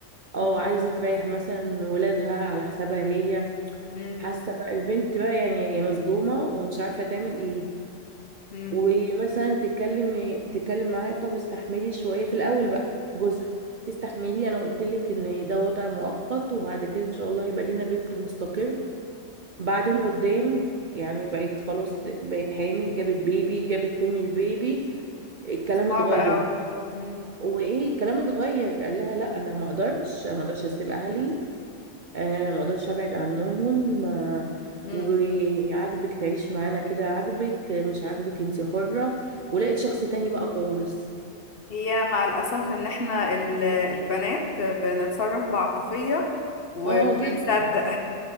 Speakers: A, on the right; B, on the left.
A: او
B: مم.
A: عايزة تريح مثلا ولادها على حسابها هي
B: مم.
A: حاسه بقى البنت بقى يعني هي مصدومه ومش عارفه تعمل ايه
B: مم.
A: ومثلا تتكلم تتكلم معاه طب استحملي شويه في الاول بقى جوزها استحملي انا قلت لك ان ده وضع مؤقت وبعد كده ان شاء الله هيبقى لينا بيت مستقر بعدين قدام يعني بقت خلاص بقت حامل جابت بيبي جابت تاني البيبي الكلام
B: صعب
A: اتغير
B: قوي مم.
A: وايه الكلام اتغير قال لها لا انا ما اقدرش أنا ما اقدرش اسيب اهلي آه ما اقدرش ابعد عنهم آه
B: مم.
A: وعاجبك تعيشي معانا كده عاجبك آه، مش عاجبك انتي حرة ولقيت شخص تاني بقى خالص
B: هي مع الأسف إن إحنا ال- البنات بنتصرف بعاطفية وبنصدق
A: اه اه جد